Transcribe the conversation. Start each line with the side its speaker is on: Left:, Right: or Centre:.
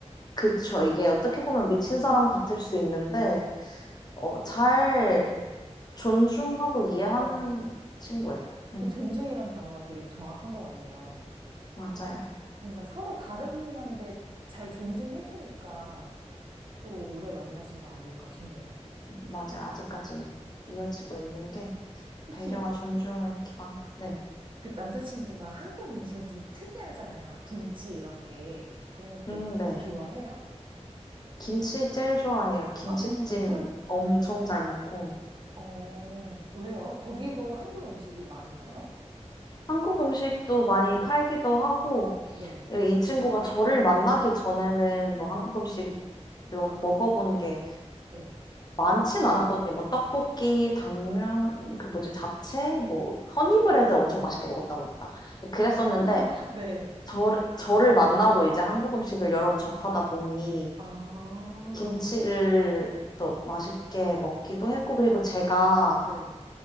Left: 그쵸. 이게 어떻게 보면 미친
Right: 네,
Left: 사람 같을 수 있는데, 어, 잘
Right: 네.
Left: 존중하고 이해하는
Right: 어,
Left: 친구예요. 네.
Right: 그 존중이란 단어가 되게 정확한 것 같네요.
Left: 맞아요.
Right: 뭔가 서로 다른데 분한잘 존중해주니까 또 오래 만나신 거 아닐까 싶네요.
Left: 맞아요. 아직까지 이어지고 있는 게
Right: 혹시
Left: 배려와 존중을 기반으로. 네.
Right: 그 남자친구가 한국 음식은 좀 특이하잖아요. 김치 이런 게. 그런 것도
Left: 음, 네.
Right: 좋아해요?
Left: 김치 제일 좋아해요. 김치찜
Right: 아, 정말요?
Left: 엄청 잘 먹고.
Right: 어, 왜요? 거기도 한국 음식이 많은가요?
Left: 한국 음식도 많이
Right: 네.
Left: 팔기도 하고,
Right: 네.
Left: 이 친구가 저를 만나기 전에는 뭐 한국 음식 몇-
Right: 아,
Left: 먹어본 게
Right: 네.
Left: 많진
Right: 없죠?
Left: 않았거든요. 뭐 떡볶이, 당면, 그 뭐지, 잡채, 뭐 허니브레드 엄청 맛있게 먹었다고 했다. 그랬었는데,
Right: <laughs> 네.
Left: 저, 저를 만나고 이제 한국 음식을 여러 접하다 보니,
Right: 아,
Left: 김치를
Right: 네.
Left: 또 맛있게 먹기도 했고, 그리고 제가
Right: 네.